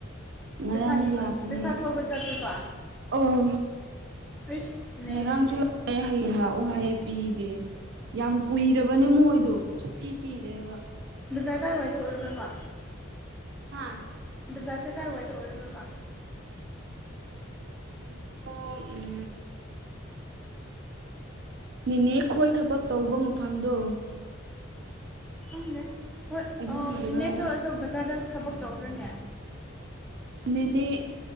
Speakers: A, on the right; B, in the centre.
A: ꯉꯔꯥꯡꯁꯨ
B: ꯄꯩꯁꯥ ꯅꯤꯕ
A: ꯂꯥꯛꯄꯅꯦ
B: ꯄꯩꯁꯥ ꯊꯧꯕ ꯆꯠꯇꯣꯏꯕ
A: ꯑꯣ
B: ꯑꯩꯁ ꯅꯩꯔꯦꯅꯦ
A: ꯉꯔꯥꯡꯁꯨ ꯂꯥꯛꯑꯦ ꯍꯌꯦꯡ ꯂꯥꯛꯑꯣ ꯍꯥꯏꯌꯦ ꯄꯤꯗꯦ ꯌꯥꯝ ꯀꯨꯏꯔꯕꯅꯦ ꯃꯣꯏꯗꯣ ꯁꯨꯄꯤ ꯄꯤꯗꯦꯕ
B: ꯕꯖꯥꯔ ꯀꯥꯏꯋꯥꯏꯗ ꯑꯣꯏꯕ꯭ꯔꯕ
A: ꯍꯥꯥ
B: ꯕꯖꯥꯔꯁꯦ ꯀꯥꯏꯋꯥꯏꯗ ꯑꯣꯏꯔꯗꯣꯏꯔꯕ
A: ꯖ ꯀꯩꯩꯅꯣ ꯎꯝ ꯅꯅꯤꯅꯦ ꯈꯣꯏ ꯊꯕꯛ ꯇꯧꯕ ꯃꯐꯝꯗꯣ
B: ꯈꯪꯗꯦ ꯍꯣꯏ
A: ꯑꯗꯨꯒꯤ
B: ꯑ
A: ꯖꯒꯥꯗ
B: ꯏꯅꯦꯁꯨ ꯑꯆ ꯕꯖꯥꯔꯗ ꯊꯕꯛ ꯇꯧ꯭ꯔꯅꯦ
A: ꯅꯦꯅꯦ